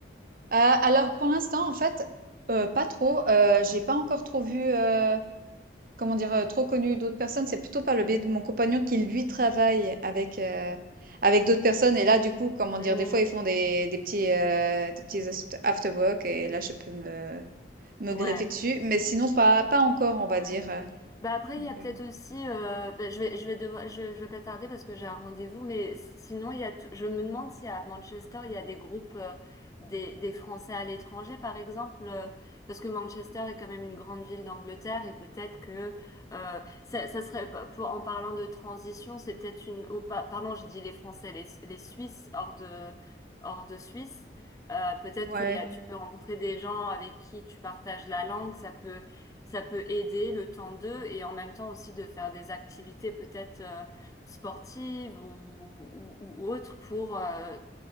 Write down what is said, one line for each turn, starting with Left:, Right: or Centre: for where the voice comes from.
Right: à- alors pour l'instant en fait euh, pas trop. Euh, j'ai pas encore trop vu euh, comment dire euh, trop connu d'autres personnes. C'est plutôt par le biais de mon compagnon qui lui travaille avec euh, avec d'autres personnes et là du coup comment
Left: Hmm,
Right: dire des fois ils font des des petits euh, des petits aft- after work et là je peux me me
Left: ouais,
Right: greffer dessus. Mais sinon pas pas encore on va dire.
Left: ouais. Bah après,
Right: Donc,
Left: il y a peut-être
Right: euh,
Left: aussi, euh, bah, je vais, je vais devoir, je, je vais pas tarder parce que j'ai un rendez-vous, mais s- sinon, il y a, t- je me demande si à Manchester, il y a des groupes, euh, des, des Français à l'étranger, par exemple, euh, parce que Manchester est quand même une grande ville d'Angleterre et peut-être que, euh, ça, ça serait, pas- pour, en parlant de transition, c'est peut-être une, oh, pa- pardon, j'ai dit les Français, les, les Suisses hors de, hors de Suisse. Euh, peut-être
Right: ouais
Left: qu'il y a, tu peux rencontrer des gens avec qui tu partages la langue, ça peut, ça peut aider le temps d'eux et en même temps aussi de faire des activités peut-être euh, sportives ou, ou, ou autres pour, euh,